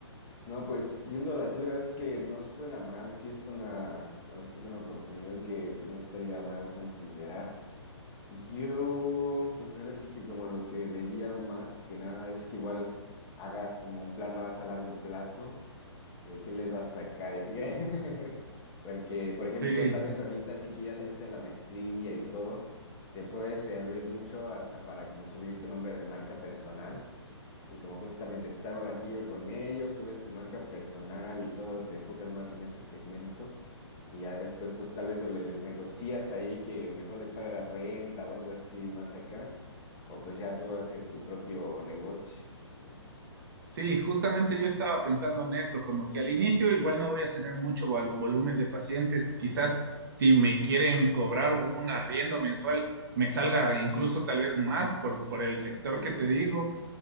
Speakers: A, on the left; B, on the right.
A: No, pues viéndolo así, la verdad es que no suena mal. Sí es una, ahora sí que una oportunidad que, que no estaría mal considerar. Yo, pues ahora sí que como lo que vería más que nada es que igual hagas como un plan más a largo plazo de qué les vas a sacar y así. <laughs> Porque, por
B: Sí.
A: ejemplo, tal vez ahorita sí que ya saliste de la maestría y todo, te puede servir mucho hasta para como subir tu nombre de marca personal y como justamente estar un ratillo con ellos, subes tu marca personal y todo, te enfocas más en ese segmento y ya después pues tal vez o le- les negocias ahí que mejor les paga renta o algo así más acá. O pues ya tú haces tu propio negocio. Ujú.
B: Sí, justamente
A: Ese está interesante.
B: yo estaba pensando en eso, como que al inicio igual no voy a tener mucho vol- volumen de pacientes, quizás si me quieren cobrar un arriendo mensual, me salga incluso tal vez más por, por el sector
A: Sí,
B: que
A: justo.
B: te digo,